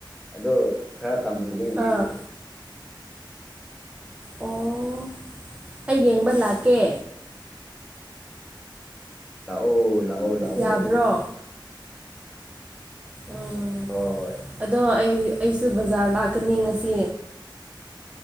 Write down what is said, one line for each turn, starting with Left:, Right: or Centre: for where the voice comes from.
Centre: ꯑꯗꯨ ꯈꯔ ꯇꯝꯂꯨꯒꯦ ꯁꯤꯗꯤ
Right: ꯑꯥ ꯑꯣ ꯑꯩ ꯌꯦꯡꯕ ꯂꯥꯛꯀꯦ
Centre: ꯂꯑꯣ ꯂꯑꯣ ꯂꯑꯣ
Right: ꯌꯥꯕ꯭ꯔꯣ ꯎꯝ
Centre: ꯍꯣꯏ
Right: ꯑꯗꯣ ꯑꯩ ꯑꯩꯁꯨ ꯕꯖꯥꯔ ꯂꯥꯛꯀꯅꯤ ꯉꯁꯤ